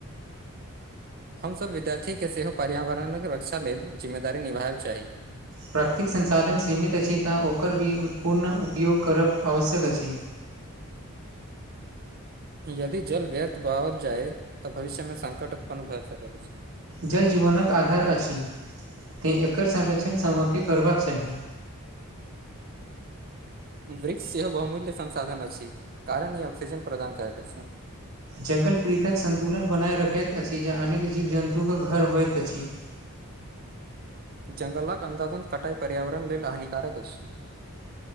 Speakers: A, on the right; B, on the right.
A: हमसभ विद्यार्थीके सेहो पर्यावरणक रक्षा लेल जिम्मेदारी निभायै के चाही
B: प्राकृतिक संसाधन सीमित अछि तऽ ओकर भी पूर्ण उपयोग करब आवश्यक अइछ
A: यदि जल व्यर्थ बढ़ल जाय तऽ भविष्य में संकट उत्पन्न भए सकैत छय
B: जल जीवनक आधार अछि तैँ एकर संरक्षण सबके करबाक चाही
A: वृक्ष से बहुमूल्य संसाधन अछि कारण ई ऑकसिजन प्रदान करैत अइछ
B: जंगल पीथक सन्तुलन बनाए रखैत अछि ज अनेक जीव जन्तुके घर होइत अइछ
A: जगलक अंधातन कटाई पर्यरण लेल हानिकारक अ छै